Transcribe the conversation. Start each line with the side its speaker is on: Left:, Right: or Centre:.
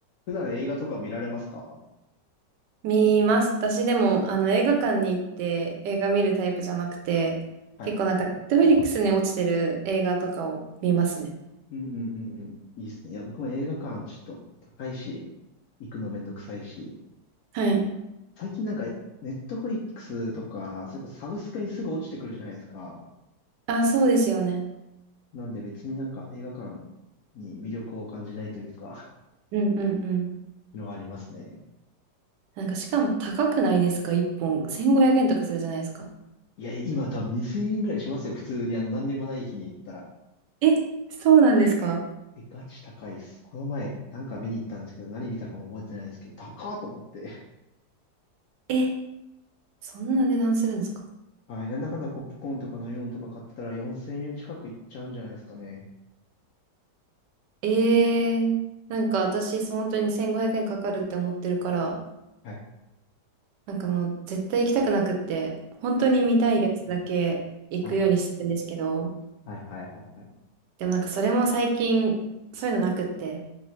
Left: 普段映画とか見られますか
Right: 見ます。私でも、あの、映画館に行って映画見るタイプじゃなくて、
Left: はい。
Right: 結構なんか、ネットフリックスに落ちてる映画とかを見ますね。
Left: うんうんうんうん。いいっすね。いや、僕も映画館ちょっと高いし、行くのめんどくさいし。
Right: はい。
Left: 最近なんか、ネットフリックスとか、それこそサブスクにすぐ落ちてくるじゃないですか。
Right: あ、そうですよね。
Left: なんで別になんか映画館に魅力を感じないというか、
Right: うんうんうん。
Left: <laughs> のがありますね。
Right: なんか、しかも高くないですか一本。1500円とかするじゃないですか。
Left: いや、今多分2000円ぐらいしますよ。普通にあの何にもない日に行ったら。
Right: え、そうなんですか
Left: え、ガチ高いっす。この前なんか見に行ったんですけど、何見たかも覚えてないんですけど、高っと思って。
Right: え、そんな値段するんですか
Left: はい。なんだかんだポップコーンとかのよんとか買ってたら4000円近くいっちゃうんじゃないですかね。
Right: ええー、なんか私、本当に1500円かかるって思ってるから、
Left: はい。
Right: なんかもう絶対行きたくなくって、本当に見たいやつだけ行くようにしてるんですけど、
Left: はい。はいはいはいはい。
Right: でもなんかそれも最近、そういうのなくって。